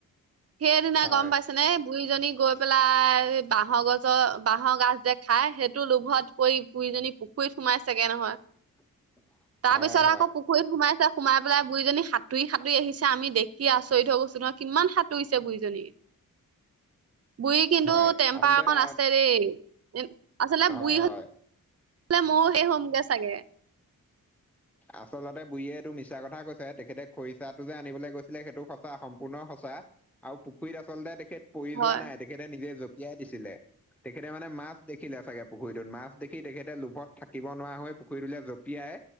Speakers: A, on the right; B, in the centre.
A: সেইদিনা
B: হয়
A: গম পাই তেনে, বুঢ়ীজনী গৈ পেলাই বাঁহৰ গছৰ বাঁহৰ গাজ যে খাই সেইটো লোভত পৰি বুঢ়ীজনী পুখুৰীত সোমাইচেগে নহয়।
B: <inaudible>
A: তাৰ পিছত
B: হয়
A: আকৌ পুখুৰীত সোমাইছে সোমাই পেলাই বুঢ়ীজনী সাঁতুৰি সাঁতুৰি আহিছে আমি দে দেখি আচৰিত হৈ গৈছো নহয় কিমান সা তুইছে বুঢ়ী জনী, বুঢ়ী কিন্তু
B: হয়
A: টেম্পাৰ
B: আচলতে
A: অকন
B: এটা-
A: আছে দেই। আচলতে
B: হয়
A: বুঢ়ী হ'লে
B: হয়
A: ময়ো সেই হ'মগে চাগে।
B: আচলতে বুঢ়ীয়ে এইটো মিছা কথা কৈছে, তেখেতে খৰিচাটো যে আনিবলৈ গৈছিলে সেইটো সঁচা সম্পূৰ্ণ সঁচা। আৰু পুখুৰীত আচলতে তেখেত পৰি
A: হয়
B: যোৱা নাই তেখেতে নিজে জঁপিয়াই দিছিলে তেখেতে মানে মাছ দে দেখিলে চাগে পুখুৰীটোত মাছ দেখি তেখেতে লোভত থাকিব নোৱাৰা হৈ পুখুৰীটোলৈ জঁপিয়াই